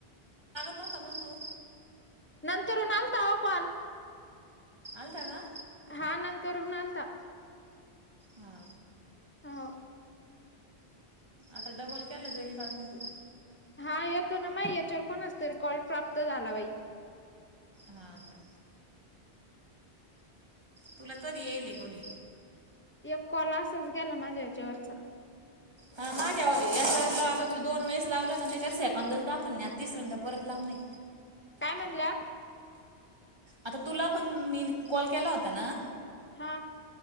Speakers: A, on the right; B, on the left.
A: होता. पण तू
B: नंतर ऊन आलता ओ कॉल
A: आलताा का?
B: हा नंतरुन आलता.
A: हा
B: हो.
A: आता डबल केलं जाईल का अजून तो?
B: हा येतो ना माया याच्यावर कोणचा तरी कॉल प्राप्त झाला बाई.
A: हा आ तुला कधी येईल कोणी
B: एक कॉल आसच गेला माझ्या या्याच्यावरचा.
A: हा माझ्या याचा वर आता तुला दोन वेळेस लावलं ना त्याच्यावर सेकंदच दाखवल नाही आता तिसऱ्यांद परत लावन आहे
B: काय म्हणल्या
A: आता तुला पण मी कॉल केला होता ना?
B: हा